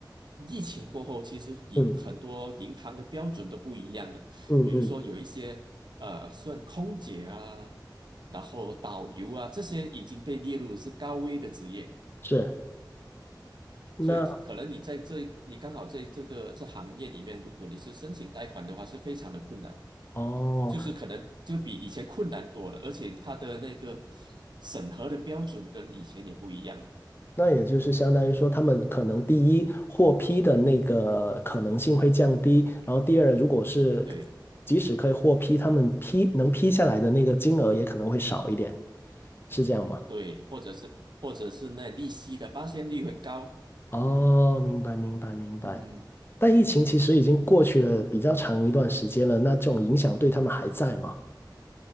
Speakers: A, on the right (about 70°); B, on the left (about 30°).
A: 疫情过后，其实银很多银行的标准都不一样的，
B: 嗯嗯嗯，
A: 比如说有一些呃，算空姐啊，然后导游啊，这些已经被列入是高危的职业，
B: 是。那
A: 所以可可能你在这，你刚好在这个这行业里面，如果你是申请贷款的话，是非常的困难。
B: 哦，
A: 就是可能就比以前困难多了，而且它的那个审核的标准跟以前也不一样了。
B: 那也就是相当于说，他们可能第一获批的那个可能性会降低，然后第二，如果是
A: 对
B: 即使可以获批，他们批能批下来的那个金额也可能会少一点，是这样吗？
A: 对，或者是或者是那利息的发现率会高，
B: 哦，明白明白明白。
A: 嗯，
B: 但疫情其实已经过去了比较长一段时间了，那这种影响对他们还在吗？